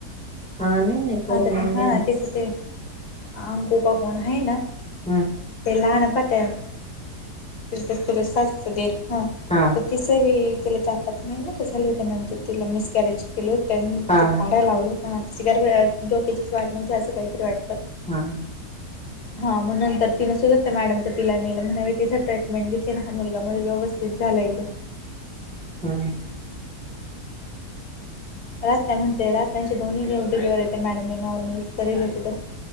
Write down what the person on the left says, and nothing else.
आता ते हा
तेच ते अंको का कोण आहे ना
लाहनं पत्या तस हा तस त्याच्या सासूचा दीर
तिचे बी पत महिन का झाल त्या नंतर तिला मिसकॅरेज केल त्या
ते
काढा लावलो का र डोक्याचीच वाट नव्हते असं काहीतरी वाटत
हा मग नंतर तिन सुद्धा त्या मॅडम का तिला नेलं म्हणा तिथं ट्रीटमेंट घेतली ना हा मुलगा मग व्यवस्थित झालाय एकदम <inaudible>
रात्या म्हणते रात्यांचे दोन्ही डिलेवर्हर येते मॅडमने नॉर्मल करेले तिथं